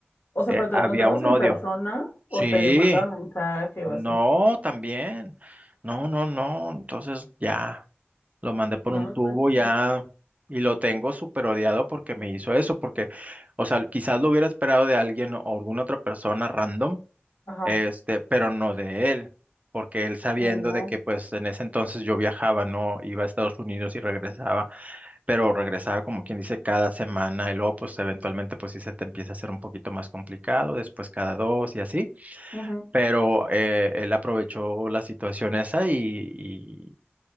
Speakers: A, on the left; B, on the right.
A: O sea,
B: eh,
A: pero te
B: había
A: lo encontrabas
B: un
A: en
B: odio.
A: bueno, persona
B: Sí,
A: o te sí. mandaba mensaje
B: no,
A: o así.
B: también. No, no, no. Entonces ya lo mandé por
A: No
B: un tubo
A: manches.
B: ya y lo tengo súper odiado porque me hizo eso, porque, o sea, quizás lo hubiera esperado de alguien o alguna otra persona random,
A: Ajá.
B: este, pero no de él, porque él sabiendo
A: Y no.
B: de que pues en ese entonces yo viajaba, no iba a Estados Unidos y regresaba, pero regresaba como quien dice cada semana y luego pues eventualmente pues sí se te empieza a hacer un poquito más complicado, después cada dos y así
A: ujú.
B: pero eh, él aprovechó la situación esa y, y-